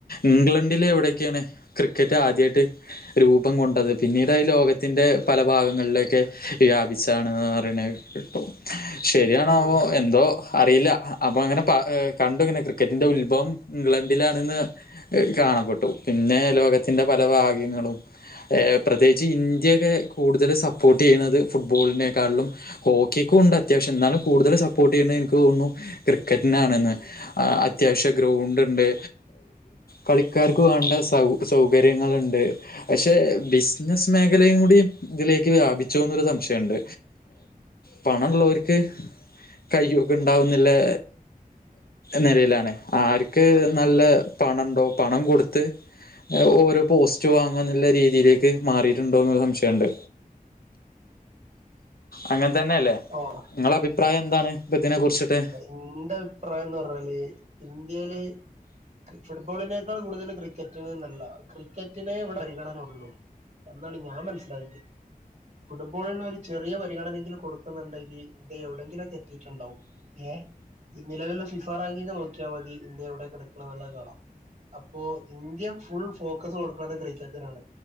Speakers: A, on the left; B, on the right.
A: ഇംഗ്ലണ്ടില് എവിടെയൊക്കെയാണ് ക്രിക്കറ്റ് ആദ്യമായിട്ട് രൂപം കൊണ്ടത് പിന്നീടായി ലോകത്തിന്റെ പല ഭാഗങ്ങളിലെ ക്കെ വ്യാപിച്ചാണ് പറ്ണെ കെട്ടൊ ശരിയാണാവൊ
B: ഉം
A: എന്തൊ അറിയില്ല അപ്പങ്ങനെ പ കണ്ടു ഇങ്ങനെ ക്രിക്കറ്റിന്റെ ഉൽഭവം ഇംഗ്ലണ്ടിലാണ്ന്ന് കാണപ്പെട്ടു പിന്നേ ലോകത്തിൻ്റെ പല ഭാഗ്യങ്ങളും ഏഹ് പ്രത്യേകിച്ച് ഇന്ത്യക്കെ കൂടുതല് സപൊ പ്പോട്ടീയ്യ്ന്നത് ഫുട്ബോളിനെക്കാളും ഹോക്കിക്കുണ്ട് അത്യാവശ്യം ഇന്നാലും കൂടുതല് സപ്പോർട്ടീയ്യ്ണെ ഇൻക്ക് തോന്നുന്നു ക്രിക്കറ്റ്നാണ്ന്ന് ആഹ് അത്യാവശ്യ ഗ്രൗണ്ട്ണ്ട് കളിക്കാർക്ക് വേണ്ട സൗ സൗകര്യങ്ങള്ണ്ട് പഷെ ബിസ്നസ് മേഖലയും കൂടി ഇതിലേക്ക്‌ ക്ക് വ്യാപിച്ചോന്നൊര് സംശയണ്ട് പണള്ളോർക്ക് കയ്യൂക്ക്ണ്ടാവുന്ന്ള്ളെ നെലേലാണ് ആർക്ക് നല്ല പണം ഇണ്ടോ പണം കൊട്ത്ത് ഓരോ പോസ്റ്റ് വാങ്ങാന്ന് ഇള്ള രീതിയിലേക്ക് മാറിയിട്ടുണ്ടൊന്ന് സംശയണ്ട് അങ്ങൻ തന്നല്ലെ
B: ഓ
A: ഇങ്ങളെ അഭിപ്രായെന്താണ് ഇപ്പിതിനെ കുറ്ച്ച്ട്ട്
B: ഇന്റ അഭിപ്രായംന്നർഞ്ഞാല് ഇന്ത്യേല് ഫുട്ബോളിനേക്കാൾ കൂടുതല് ക്രിക്കറ്റിന് ന്നല്ല ക്രിക്കറ്റിനേ ഇവിടെ പരിഗണനൊള്ളു എന്നാണ് ഞാൻ മനസ്സ്ലാക്ക്യെ ഫുട്ബോളിനൊര് ചെറിയ പരിഗണനെങ്കിലും കൊട് ന്ന്ണ്ടെങ്കി ഇന്ത്യ എവിടെങ്കിലൊക്കെ എത്തീട്ട്ണ്ടാവും ഏഹ് ഈ നിലവിലെ ഫിഫാറാങ്കിംങ് നോക്ക്യാ മതി ഇന്ത്യ എവടെ കെട്ക്ക്ണെ ന്ന് ള്ളത് കാണാം അപ്പോ ഇന്ത്യ ഫുൾ ഫോക്കസ് കൊട്ക്ക്ണത് ക്രിക്കറ്റിനാണ്